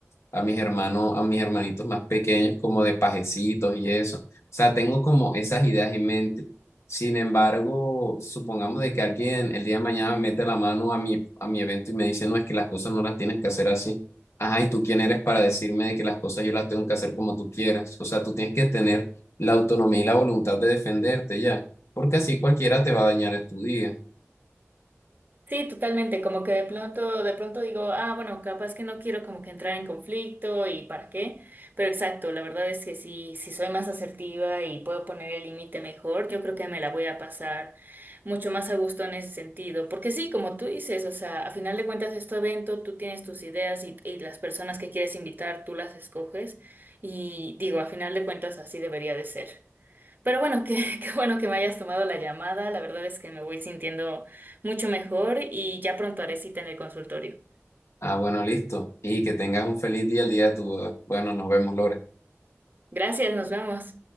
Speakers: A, on the left; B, on the right.
A: a mis hermanos, a mis hermanitos más pequeños como de pajecitos y eso. O sea, tengo como esas ideas en mente. Sin embargo, supongamos de que alguien el día de mañana mete la mano a mi, a mi evento y me dice, no, es que las cosas no las tienes que hacer así. Ajá, ¿y tú quién eres para decirme de que las cosas yo las tengo que hacer como tú quieras? O sea, tú tienes que tener la autonomía y la voluntad de defenderte ya, porque así cualquiera te va a dañar tu día.
B: Sí, totalmente, como que de pronto, de pronto digo, ah, bueno, capaz que no quiero como que entrar en conflicto y para qué, pero exacto, la verdad es que si, si soy más asertiva y puedo poner el límite mejor, yo creo que me la voy a pasar mucho más a gusto en ese sentido, porque sí, como tú dices, o sea, a final de cuentas es tu evento, tú tienes tus ideas y, y las personas que quieres invitar, tú las escoges y digo, a final de cuentas así debería de ser. Pero bueno, qué, <laughs> qué bueno que me hayas tomado la llamada. La verdad es que me voy sintiendo mucho mejor y ya pronto haré cita en el consultorio.
A: Ah, bueno, listo. Y que tengas un feliz día el día de tu boda. Bueno, nos vemos, Lore.
B: Gracias, nos vemos.